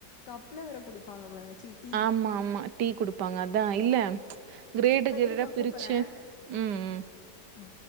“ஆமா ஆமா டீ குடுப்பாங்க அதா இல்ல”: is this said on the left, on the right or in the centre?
Right